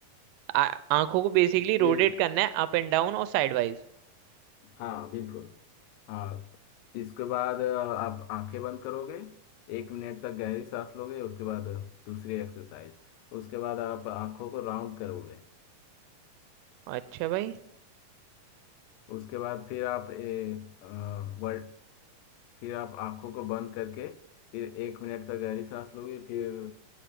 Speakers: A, on the right; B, on the left.
A: आ- आंखों को बेसिकली
B: ये
A: रोटेट करना है अप एंड डाउन और साइड वाइज
B: हाँ बिल्कुल हाँ इसके बाद अ, आप आंखें बंद करोगे एक मिनट तक गहरी सांस लोगे उसके बाद अ, दूसरी एक्सरसाइज उसके बाद आप आंखों को राउंड करोगे
A: अच्छा भाई
B: उसके बाद फिर आप ए, अ, वर्ड फिर आप आंखों को बंद करके फिर एक मिनट तक गहरी सांस लोगे फिर